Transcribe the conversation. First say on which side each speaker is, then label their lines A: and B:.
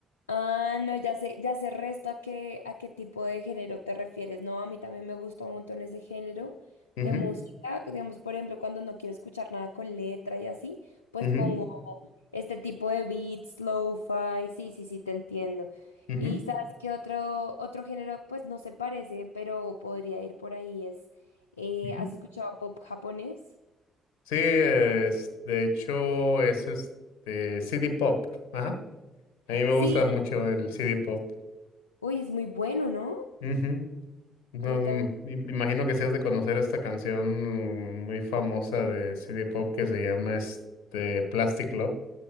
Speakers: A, on the left (about 80°); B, on the left (about 70°).
A: Ah, no, ya sé, ya sé resto a qué, a qué tipo de género te refieres, no, a mí también me gusta un montón ese género
B: ujú,
A: de música, digamos, por ejemplo, cuando no quiero escuchar nada con letra y así, pues
B: ujú,
A: pongo Este tipo de beats, lo-fi, sí, sí, sí, te entiendo.
B: ujú,
A: Y sabes que otro, otro género, pues no se parece, pero podría ir por ahí, es, eh,
B: ujú.
A: ¿has escuchado pop japonés?
B: Sí, es- de hecho es este CD Pop. Ajá. A mí me
A: Sí,
B: gusta mucho el CD Pop.
A: uy, es muy bueno, ¿no?
B: Ujú. No,
A: A mí
B: mm,
A: también.
B: me me imagino que sí has de conocer esta canción muy famosa de CD Pop que se llama este Plastic Love.